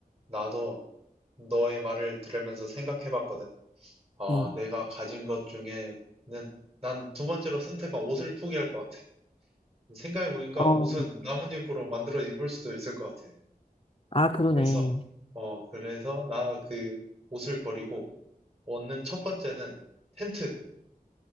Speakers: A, on the right (about 40°); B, on the left (about 35°).
A: 나도 너의 말을 들으면서 생각해 봤거든. 어,
B: 응.
A: 내가 가진 것 중에는 난 두 번째로 선택한 옷을 포기할 것 같아. 생각해보니까
B: 어.
A: 옷은 나뭇잎으로 만들어 입을 수도 있을 것 같아.
B: 아, 그러네.
A: 그래서, 어, 그래서 나 그 옷을 버리고 얻는 첫 번째는 텐트.